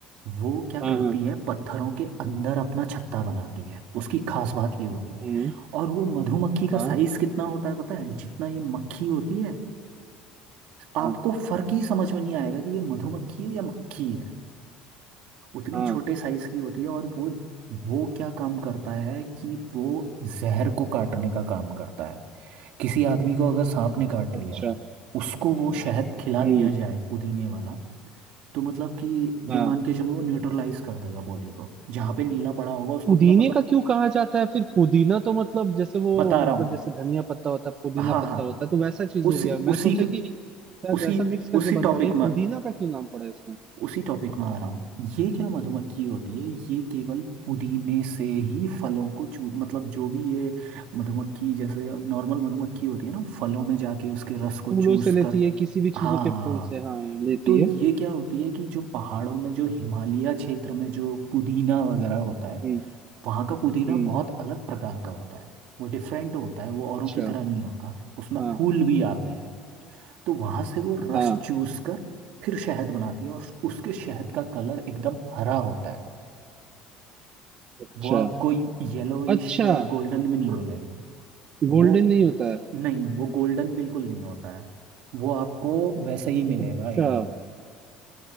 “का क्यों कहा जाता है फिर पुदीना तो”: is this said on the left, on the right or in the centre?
Right